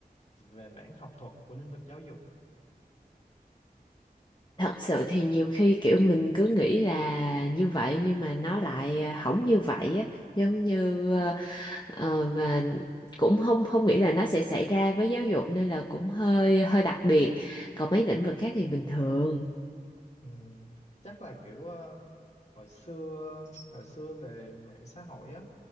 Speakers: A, on the left; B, on the left.
A: về mảng học thuật của lĩnh vực giáo dục
B: Thật sự thì nhiều khi kiểu mình cứ nghĩ là như vậy nhưng mà nó lại à, không như vậy á, giống như ờ, mà cũng không không nghĩ là nó sẽ xảy ra với giáo dục nên là cũng hơi hơi đặc biệt. Còn mấy lĩnh vực khác thì bình thường.
A: Ừm, chắc là kiểu ờ, hồi xưa hồi xưa về mạng xã hội á